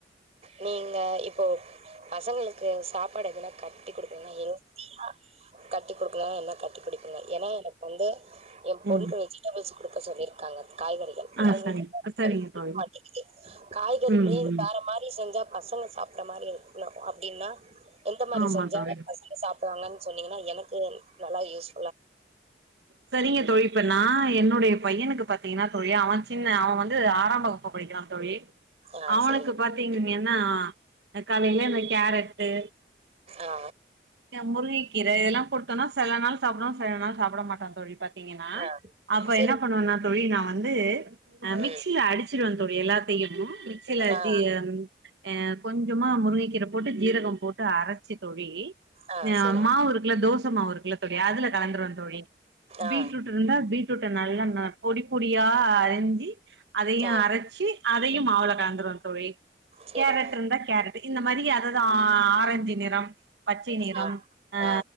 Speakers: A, on the right; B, on the right.
A: நீங்க இப்போ பசங்களுக்கு சாப்பாடு எதுனா கட்டி குடுப்பிங்னா <inaudible> கட்டி குடு திய என்ன கட்டி குடுப்பீங்க ஏன்னா எனக் வந்து எ பொண்க்கு
B: ம்
A: வெஜிடபிள்ஸ் குடுக்க சொல்லிருக்காங்க காய் கறிக
B: ஆ
A: அது
B: சரிங்க சரிங்க
A: <unintelligible> <unintelligible>
B: தோழி
A: காய்கறில்யே
B: ம் ம்
A: வேற மாரி செஞ்சா பசங்க சாப்ற மாரி இருக்னு அப்டின்னா எந்த மாரி
B: ஆமா
A: செஞ்சா
B: தோழி
A: பசங்க சாப்டுவாங்கன் சொன்னீங்கனா எனக்கு நல்லா யூஸ்
B: செரிங்க தோழி இப்ப நா என்னுடைய பையனுக்கு பாத்தீங்கன்னா தோழி அவ சின்ன அவ வந்து ஆராம் வகுப் பு படிக்கிறா தோழி
A: ஆ
B: அவனுக்கு
A: சேரிங்க
B: பாத்தீங்கீங்கன்னா அ காலில இந்த கேரட்டு
A: ஆ
B: அ முருங்கை கீர இதெல்லா குட்த்தனா செல நாள் சாப்ட்வா செல நாள் சாப்புட மாட் டா தோழி பாத்தீங்கன்னா
A: ஆ
B: அப்ப
A: சேரிங்க
B: என்ன பண்ணுவனா தோழி நா வந்து அ மிக்சியில
A: ம்
B: அடிச்சுடுவ தோழி எல்லாத்தையு மிக்சியில அடிச்சு
A: ஆ
B: அ ம் அ கொஞ்சமா முருங்கக்கிர போட்டு ஜீரகோ போட்டு அரச்சி தோழி
A: ஆ
B: அ
A: சேரிங்க
B: மாவு இருக்குல தோச மாவ் இருக்குல தோழி அதுல கலந்துருவ தோழி
A: ஆ
B: பீட்ரூட் ருந்தா பீட் ரூட்ட நல்லா வ பொடி பொடியா அரிஞ்சி அதையு
A: ஆ
B: அரச்சி அதையு மாவுல கலந்துருவ தோழி
A: சேரிங்க
B: கேரட்ருந்தா கேரட்டு இந்த மாரி அததா ஆ ரஞ்சு நிறம் பச்சை நிறம்
A: ஆ
B: அ
A: ஆ